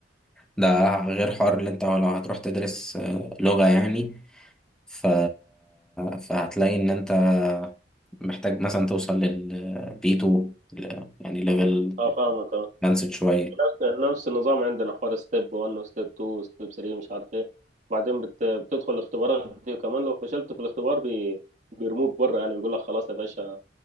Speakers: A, in the centre; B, on the right.
A: ده غير حوار اللي انت لو هتروح تدرس آه، لغة يعني ف... فهتلاقي ان انت محتاج مثلا توصل للبي 2 يعني ليفل
B: اه فاهمك اه
A: ادفانسد شوية
B: نفس نفس النظام عندنا حوار ستيب 1 وستيب 2 وستيب 3 مش عارف ايه بعدين بت... بتدخل الاختبارات دي وكمان لو فشلت في الاختبار بي... بيرموك بره يعني بيقول لك خلاص يا باشا